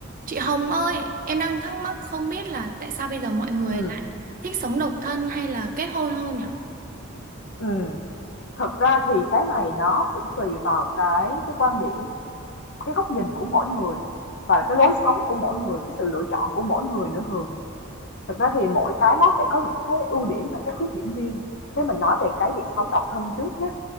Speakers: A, on the right (about 40°); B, on the left (about 60°).
A: Chị Hồng ơi, em đang thắc mắc không biết là tại sao bây giờ mọi người
B: Ừ,
A: lại thích sống độc thân hay là kết hôn hơn nhỉ?
B: ừ, Thật ra thì cái này nó cũng tùy vào cái cái quan điểm, cái góc nhìn của mỗi người và
A: Ừ,
B: cái lối sống của mỗi người, cái sự lựa chọn của mỗi người nữa Hường. Thật ra thì mỗi cái nó sẽ có những cái ưu điểm và cái khuyết điểm riêng. Thế mình nói về cái việc sống độc thân trước nhé.